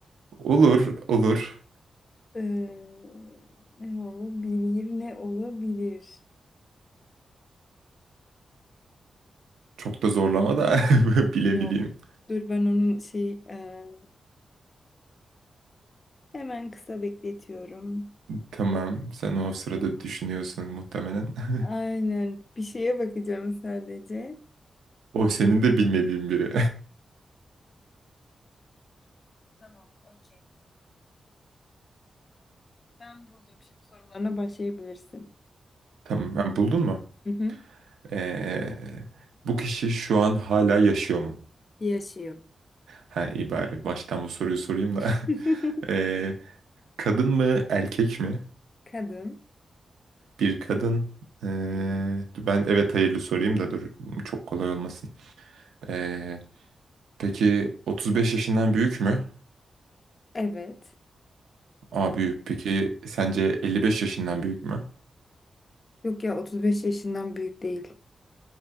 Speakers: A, on the right (about 85°); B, on the left (about 45°).
A: olur olur.
B: Ee, ne olabilir? Ne olabilir?
A: Çok da zorlama da <laughs> bilebileyim.
B: Yok. Dur ben onun şey e, hemen kısa bekletiyorum.
A: Tamam sen o sırada düşünüyorsun muhtemelen. <laughs>
B: Aynen. Bir şeye bakacağım sadece.
A: O senin de bilmediğin biri.
B: Tamam, okey. Ben buldum şimdi sorularına başlayabilirsin.
A: <laughs> Tamam ha, buldun mu?
B: Hı hı.
A: Ee, bu kişi şu an hala yaşıyor mu?
B: Yaşıyor.
A: Ha iyi bari baştan bu soruyu sorayım da.
B: <laughs>
A: <laughs> Ee, Kadın mı erkek mi?
B: Kadın.
A: Bir kadın. Ee,
B: Aynen.
A: ben evet hayırlı sorayım da dur çok kolay olmasın. Ee, peki 35 yaşından büyük mü?
B: Evet.
A: Aa büyük. Peki sence 55 yaşından büyük mü?
B: Yok ya 35 yaşından büyük değil.